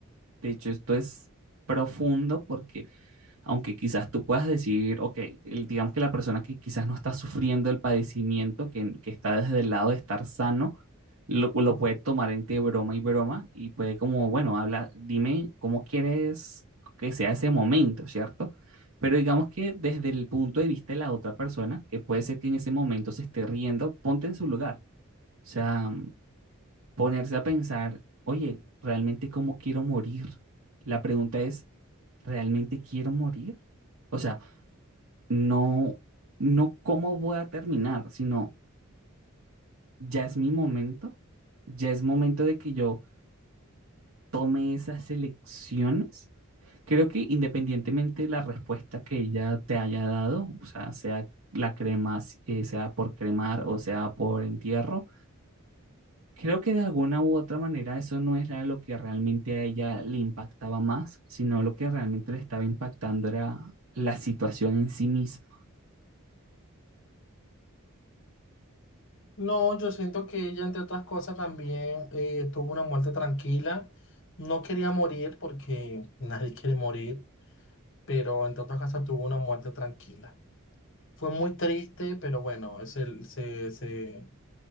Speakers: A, on the right (about 70°); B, on the left (about 60°).
A: De hecho, esto es profundo porque aunque quizás tú puedas decir, ok, el- digamos que la persona que quizás no está sufriendo el padecimiento, que, que está desde el lado de estar sano, lo, lo puede tomar entre broma y broma y puede como, bueno, habla, dime cómo quieres que sea ese momento, ¿cierto? Pero digamos que desde el punto de vista de la otra persona, que puede ser que en ese momento se esté riendo, ponte en su lugar. O sea, ponerse a pensar, oye, ¿realmente cómo quiero morir? La pregunta es, ¿realmente quiero morir? O sea, no, no cómo voy a terminar, sino ya es mi momento, ya es momento de que yo tome esas elecciones. Creo que independientemente de la respuesta que ella te haya dado, o sea, sea la crema, si, eh, sea por cremar o sea por entierro, creo que de alguna u otra manera eso no era lo que realmente a ella le impactaba más, sino lo que realmente le estaba impactando era la situación en sí misma.
B: No, yo siento que ella, entre otras cosas, también eh, tuvo una muerte tranquila. No quería morir porque <laughs> nadie quiere morir, pero entre otras cosas tuvo una muerte tranquila. Fue muy triste, pero bueno, se, se, se,